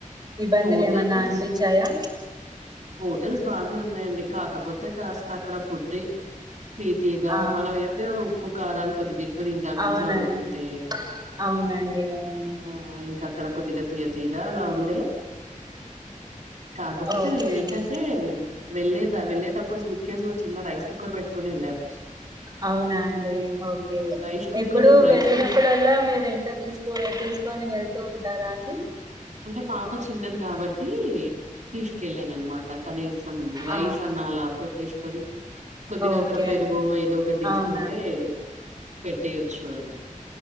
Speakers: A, on the right (about 30°); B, on the right (about 60°).
A: ఇబ్బందులు
B: హోటల్స్
A: ఏమన్నా అనిపించాయా
B: హోటల్స్ బానే ఉన్నాయండి కాకపోతే కాస్త అక్కడ ఫుడ్ తితిగా
A: ఆ
B: మనం ఏదో పు కారాలు కొద్దిగ ఎక్కువ తినటం
A: అవునండి
B: ఇంట్లో వండుకుంటే
A: అవునండి అవును
B: ఆ ఇంకా అక్కడ కొద్దిగా తీయ తీయాగ అలా ఉండే కాకపోతే
A: ఓకే
B: మే
A: అండి
B: ఏ వెళ్లేదా వెళ్ళేటప్పుడు సూట్ కేసు లో చిన్న రైస్ కుక్కర్ పెట్టుకొని వెళ్ళాం
A: అవునా అండి ఓకే
B: రైస్ కుక్కర్
A: ఎప్పుడు
B: అండ్ రైస్
A: వెళ్ళినప్పుడల్లా
B: తీస్
A: మేము వెంట తీసుకో తీసుకొని వెళ్తూ టారా అండి
B: అంటే పాప చిన్నది కాబట్టి తీసుకెళ్ళాను అనమాట కనీ సమ్ రైస్
A: ఆ
B: అన్నా అలా పెట్టేసుకొని కొద్దిగా అక్కడ
A: ఓకే
B: పెరుగు
A: అండి
B: ఏదో ఒకటి తీసుకుంటే
A: అవునా
B: పెట్టేయచ్చు అని